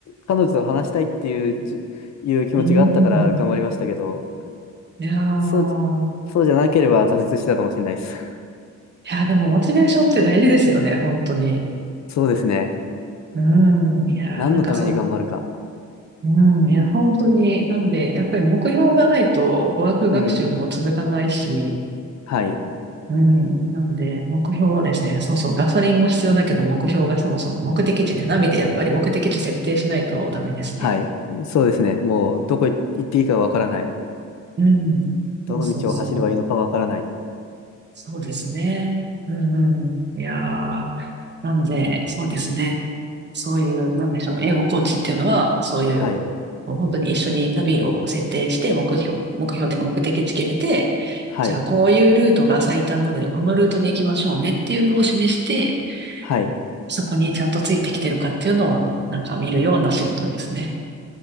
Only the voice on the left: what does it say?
彼女と話したいっていうじ、いう気持ちがあったから頑張りましたけど、
そう、そうじゃなければ挫折してたかもしれないです。<laughs>
そうですね。
何のために頑張るか。
うん。はい。
はい。そうですね。もう、どこ行っていいかわからない。
どの道を走ればいいのかわからない。
はい。
はい。
はい。